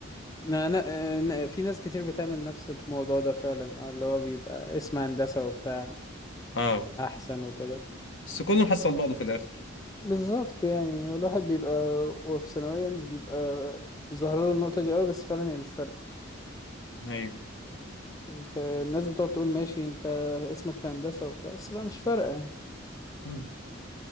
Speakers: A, on the left; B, on the left.
A: انا انا آه، أنا- في ناس كتير بتعمل نفس الموضوع ده فعلا اه اللي هو بيبقى اسم هندسة وبتاع
B: اه
A: احسن وكده
B: بس كله محصل بعضه في الاخر
A: بالظبط يعني الواحد بيبقى وهو في ثانوية مش بيبقى ظاهر له النقطة دي قوي بس فعلا هي مش فارقة
B: ايوه
A: يعني ك- الناس بتقعد تقول ماشي انت اسمك في هندسة وبتاع بس لا مش فارقة يعني
B: مم.